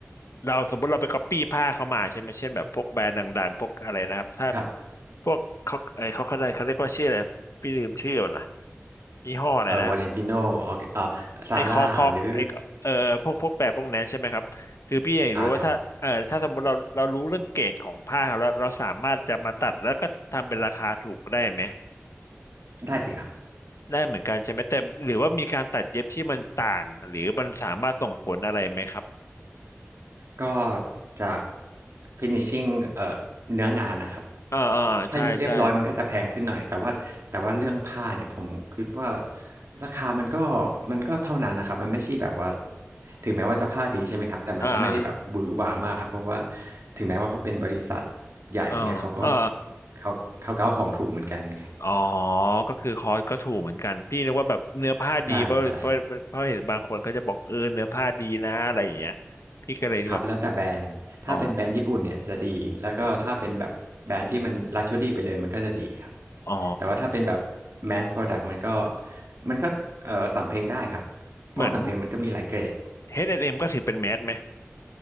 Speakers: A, on the left; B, on the right.
A: เราสมมติเราไปก๊อปปี้ผ้าเขามาใช่ไหมเช่นแบบพวกแบรนด์ดังๆพวกอะไรนะครับถ้า
B: ครับ
A: พวกเขาไอเขาเขาได้เขาเรียกว่าชื่ออะไรพี่ลืมชื่อแล้วนะยี่ห้ออะไรนะ
B: เอ่อวาเลนติโนออเอ่อซาร่าหรือ
A: ไอคอกคอกไอเออพวกพวกแบรนด์พวกนั้นใช่ไหมครับคือพี่อยากรู้ว่าถ้าเออถ้าสมมติเราเรารู้เรื่องเกรดของผ้าแล้วเราสามารถจะมาตัดแล้วก็ทำเป็นราคาถูกได้ไหม
B: อ่าครับได้สิครับ
A: ได้เหมือนกันใช่ไหมแต่หรือว่ามีการตัดเย็บที่มันต่างหรือมันสามารถส่งผลอะไรไหมครับ
B: ก็จาก finishing เอ่อเนื้องานนะครับ
A: อ่าอ่าใช่ใช่
B: ถ้าเย็บเรียบร้อยมันก็จะแพงขึ้นหน่อยแต่ว่าแต่ว่าเรื่องผ้าเนี่ยผมคิดว่าราคามันก็มันก็เท่านั้นนะครับมันไม่ใช่แบบว่าถึงแม้ว่าจะผ้าดีใช่ไหมครับแต่มันก็ไม่ได้แบบหวือหวามากเพราะว่า
A: อ่า
B: ถึงแม้ว่าเขาเป็นบริษัทใหญ่เงี้ยเขาก็
A: อ่าอ่า
B: เขาเขาก็เอาของถูกเหมือนกันไง
A: อ๋อก็คือคอสก็ถูกเหมือนกันพี่นึกว่าแบบเนื้อผ้าดีเพราะเพราะเพราะเห็นบางคนก็จะบอกเออเนื้อผ้าดีนะอะไรอย่างเงี้ย
B: ใช่ใช่
A: พี่ก็เลยแบบ
B: ครับแล้วแต่แบรนด์ถ้าเป็นแบรนด์ญี่ปุ่นเนี่ยจะดีแล้วก็ถ้าเป็นแบบแบรนด์ที่มัน
A: อ๋อ
B: Luxury ไปเลยมันก็จะดีครับ
A: อ๋อ
B: แต่ว่าถ้าเป็นแบบ Mass Product มันก็มันก็เอ่อสำเพ็งได้ครับเพราะว่าสำเพ็งมันก็มีหลายเกรด
A: เหมือนเอชแอนด์เอ็มก็ถือเป็นแมสไหม